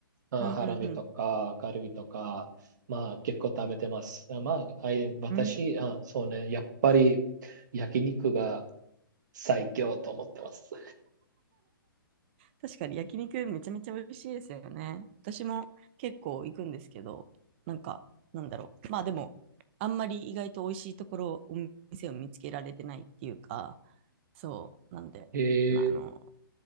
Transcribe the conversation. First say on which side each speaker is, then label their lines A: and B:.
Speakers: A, on the right; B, on the right.
A: まあ、
B: うんうんうん。
A: ハラミとかカルビとか、まあ結構食べてます。まあ、あい、私、
B: うん、
A: あ、そうね、やっぱり焼肉が最強と思ってます。
B: 確かに焼肉めちゃめちゃ美味しいですよね。私も結構行くんですけど、なんか、なんだろう。まあでも、あんまり意外と美味しいところ、お店を見つけられてないっていうか、そう。なんで、
A: へえ
B: まあ、あの、